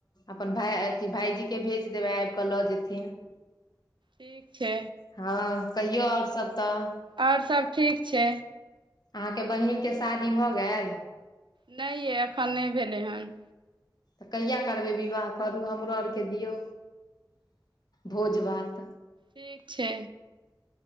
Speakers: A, on the left; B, on the right.
A: अपन भय अथी भाईजीके भेज देबै आबिक लऽ जेथिन
B: ठीक छै।
A: हँ कहियो आओर सभ तऽ
B: और सब ठीक छै
A: अहाँके बहिनके शादी भऽ गेल
B: नहि यइ एखन नहि भेलैहन
A: तऽ कहिया करबै विवाह करू हमरो आरके दियौ भोज भात
B: ठीक छै